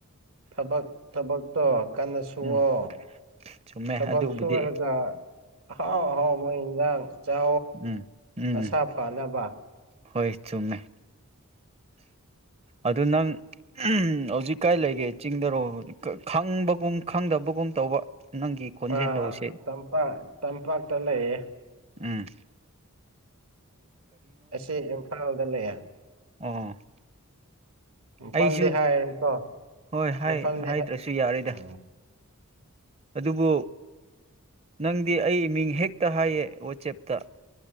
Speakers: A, on the right; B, on the right.
A: ꯊꯕꯛ ꯊꯕꯛꯇꯣ ꯀꯟꯅ ꯁꯨꯋꯣ
B: ꯎꯝ ꯆꯨꯝꯃꯦ
A: ꯊꯕꯛ
B: ꯑꯗꯨꯕꯨꯗꯤ
A: ꯁꯔꯒ ꯍꯥꯎ ꯍꯥꯎ ꯃꯣꯏ ꯏꯖꯥꯡ ꯆꯣ
B: ꯎꯝ ꯎꯝ
A: ꯃꯁꯥ ꯐꯅꯕ
B: ꯍꯣꯏ ꯆꯨꯝꯃꯦ ꯑꯗꯨ ꯅꯪ ꯍꯧꯖꯤꯛ ꯀꯥꯏ ꯂꯩꯒꯦ ꯆꯤꯡꯗꯔꯣ ꯈꯪꯕꯒꯨꯝ ꯈꯪꯗꯕꯒꯨꯝ ꯇꯧꯕ ꯅꯪꯒꯤ ꯈꯣꯟꯖꯦꯜꯗꯧꯁꯦ
A: ꯑꯥ ꯇꯄꯥꯛ ꯇꯝꯄꯥꯛꯇ ꯂꯩꯌꯦ
B: ꯎꯝ
A: ꯑꯁꯤ ꯏꯝꯐꯥꯜꯗ ꯂꯩꯦ
B: ꯑ
A: ꯃꯐꯝꯗꯤ
B: ꯑꯩꯁꯨ
A: ꯍꯥꯏꯔꯣꯏꯀꯣ
B: ꯍꯣꯏ ꯍꯥꯏꯗ꯭ꯔꯁꯨ
A: ꯃꯐꯝꯗꯤ
B: ꯌꯥꯔꯦꯗ
A: ꯎꯝ
B: ꯑꯗꯨꯕꯨ ꯅꯪꯗꯤ ꯑꯩ ꯃꯤꯡ ꯍꯦꯛꯇ ꯍꯥꯏꯌꯦ ꯋꯥꯆꯦꯞꯇ